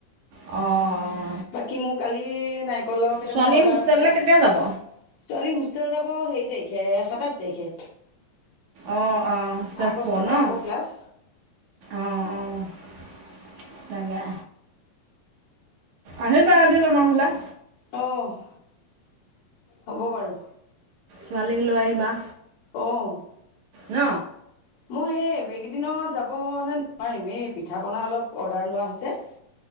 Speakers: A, on the right; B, on the left.
A: অ'।
B: বাকী মোৰ কালি নাৰিকল লাও কেইটামান
A: ছোৱালী
B: অৰ্ডাৰ
A: হোষ্টেললৈ
B: আছিলে। ছোৱালী
A: কেতিয়া যাব
B: হোষ্টেল যাব হেৰি তাৰিখে সাতাইশ তাৰিখে।
A: অ', অ', তেজপুৰত
B: আগষ্টৰ পৰা
A: নহ!
B: হ'ব ক্লাছ
A: অ', অ', তাকে। আহিবা এদিন আমাৰ ঘৰলে।
B: অ', হ'ব বাৰু!
A: ছোৱালীক লৈ আহিবা।
B: অ'।
A: ন।
B: মই এই এইকেইদিনত যাবলৈ নোৱাৰিম, এই পিঠা পনা অলপ অৰ্ডাৰ লোৱা হৈছে।